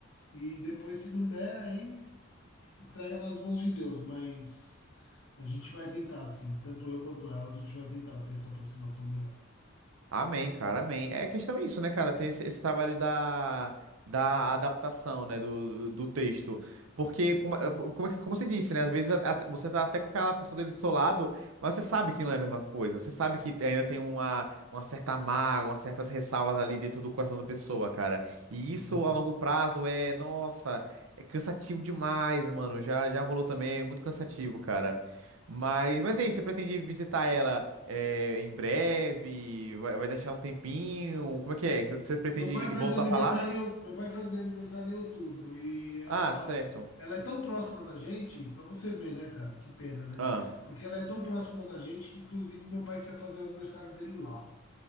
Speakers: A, on the left; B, on the right.
A: e depois, se não der, aí entrega nas mãos de Deus. Mas a gente vai tentar, sim. Tanto eu quanto ela, a gente vai tentar ter essa aproximação melhor.
B: Amém, cara, amém. É questão isso, né, cara? Ter esse, esse trabalho da, da adaptação, né, do, do, do texto. Porque, por ma- como, é que- como você disse, né, às vezes a- a- você tá até com aquela pessoa dele do seu lado, mas você sabe que não é a mesma coisa. Você sabe que ainda tem uma, uma certa mágoa, umas certas ressalvas ali dentro do coração da pessoa, cara. E
A: Uhum.
B: isso a longo prazo é, nossa, é cansativo demais, mano. Já, já rolou também, é muito cansativo, cara. Mas, mas é isso, você pretende visitar ela? É, em breve? Vai, vai deixar um tempinho? Como é que é? Você, você pretende
A: Meu pai
B: ir
A: faz
B: voltar
A: aniversário
B: pra lá?
A: em, out- meu pai fazia aniversário em outubro e ela
B: Ah, certo.
A: ela é tão próxima da gente, para você ver, né, cara? Que pena, né?
B: Ah,
A: Porque ela é tão próxima da gente que inclusive meu pai quer fazer o aniversário dele lá.